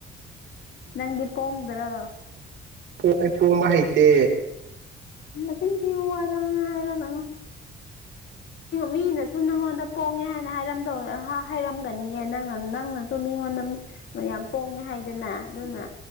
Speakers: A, on the left; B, on the right.
A: ꯅꯪꯗꯤ ꯄꯣꯡꯗ꯭ꯔꯣ
B: ꯑꯩꯈꯣꯏ ꯄꯣꯡꯕ ꯍꯩꯇꯦ
A: ꯅꯆꯤꯟ ꯊꯤꯕ ꯋꯥꯗꯨ ꯍꯥꯏꯔꯛꯀꯥꯅꯣ ꯃꯤꯅꯁꯨ ꯅꯪꯉꯣꯟꯗ ꯄꯣꯡꯉꯦ ꯍꯥꯏꯅ ꯍꯥꯏꯔꯝꯗꯧ ꯍꯥꯏꯔꯝꯒꯅꯤꯌꯦ ꯅꯪꯅ ꯅꯪꯅꯁꯨ ꯃꯤꯉꯣꯟꯗ ꯌꯥꯝ ꯄꯣꯡꯉꯦ ꯍꯥꯏꯗꯅ ꯑꯗꯨꯅ